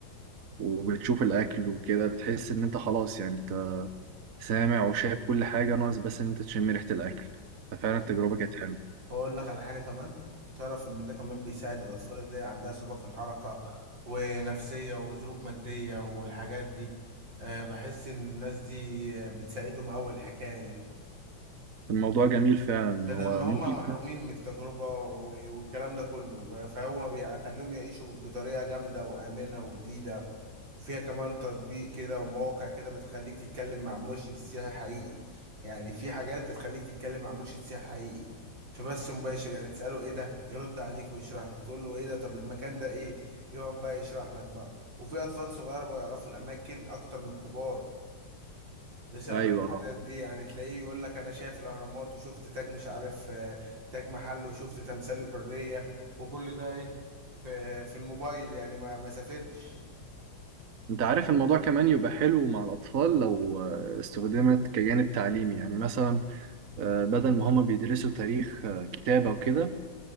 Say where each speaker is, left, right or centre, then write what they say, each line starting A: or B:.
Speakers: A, on the right (about 55°); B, on the right (about 70°).
A: وبتشوف الاكل وكده بتحس ان انت خلاص يعني سامع وشايف كل حاجة ناقص بس إن أنت تشم ريحة الأكل ففعلا
B: وخد
A: التجربة كانت حلوة
B: اقول لك على حاجة كمان تعرف ان ده كمان بيساعد الاطفال اللي عندها صعوبة في الحركة ونفسية وظروف مادية والحاجات دي أه بحس ان الناس دي بتساعدهم اوي الحكاية دي
A: الموضوع جميل فعلا
B: بدل
A: هو
B: ما هم
A: ممكن
B: محرومين من التجربة و- والكلام ده كله ب- فهو بيخليهم يعيشوا بطريقة جامدة وآمنة وجديدة وفيها كمان تطبيق كده ومواقع كده بتخليك تتكلم مع مرشد سياحي حقيقي يعني في حاجات بتخليك تتكلم مع مرشد سياحي حقيقي في بث مباشر يعني تسأله ايه ده يرد عليك ويشرح لك تقول له ايه ده طب المكان ده ايه يقعد بقى يشرح لك بقى وفي اطفال صغيره بقى يعرفوا الاماكن اكتر من الكبار بسبب
A: أيوه
B: الحلقات
A: آه.
B: دي يعني تلاقيه يقول لك انا شايف الاهرامات وشفت تاج مش عارف آه، تاج محل وشفت مم. تمثال الحرية وكل ده ايه في في الموبايل يعني ما ما سافرش
A: أنت عارف الموضوع كمان يبقى حلو مع الأطفال لو آه، استخدمت كجانب تعليمي يعني مثلا آه، بدل ما هما بيدرسوا تاريخ آه، كتاب أو كده